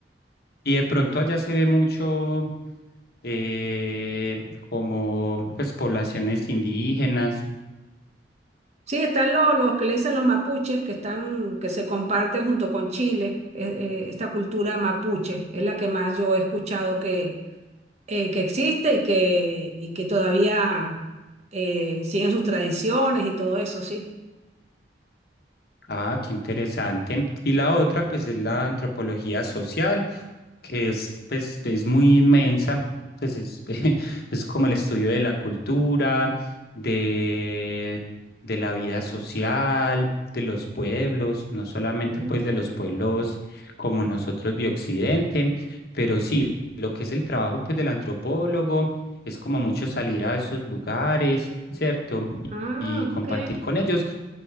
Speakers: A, on the left; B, on the right.
A: Y de pronto allá se ve mucho eh, como pues poblaciones indígenas.
B: Sí, están los los, que le dicen los mapuches, que están, que se comparten junto con Chile. eh, eh, esta cultura mapuche es la que más yo he escuchado que, eh, que existe y que, y que todavía eh, siguen sus tradiciones y todo eso, sí.
A: Ah, qué interesante. Y la otra, pues, es la antropología social, que es, pues, es muy inmensa, pues es, <laughs> es como el estudio de la cultura, de, de la vida social, de los pueblos, no solamente
B: Mm.
A: pues de los pueblos como nosotros de Occidente, pero sí, lo que es el trabajo pues del antropólogo es como mucho salir a esos lugares, ¿cierto?
B: Ah,
A: Y
B: ok.
A: compartir con ellos,